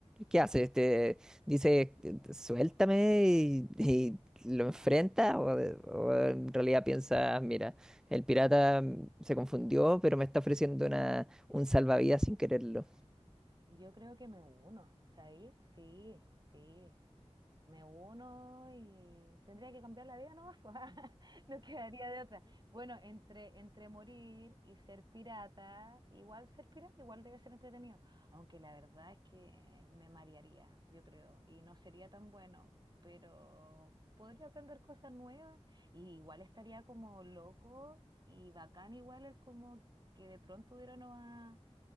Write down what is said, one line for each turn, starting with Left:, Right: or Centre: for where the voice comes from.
Centre: ¿Qué haces? Te dice, suéltame y, y lo enfrentas o, o en realidad piensas, mira, el pirata se confundió, pero me está ofreciendo una, un salvavidas sin quererlo.
Right: Yo creo que me uno, ¿sabéis? Sí, sí. me uno y tendría que cambiar la vida nomás, pues, <laughs> no quedaría de otra. Bueno, entre, entre morir y ser pirata, igual ser pirata, igual debe ser entretenido, aunque la verdad es que me marearía, yo creo, y no sería tan bueno, pero podría aprender cosas nuevas y igual estaría como loco y bacán igual el como que de pronto hubiera una-